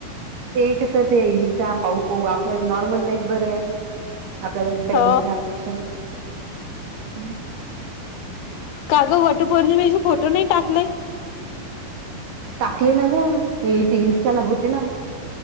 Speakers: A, on the right; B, on the left.
A: ते कस ते इंस्टा पाऊ पाऊ. आपल्याला नॉर्मल लाईफ बरं आहे. आपल्याला काही
B: हो.
A: मोठ्या अपेक्षा ना ह.
B: काग वटूप वरज मीे फोटो नाही टाकले.
A: टाकले ना ग हे ते इनस्टाला होते ना.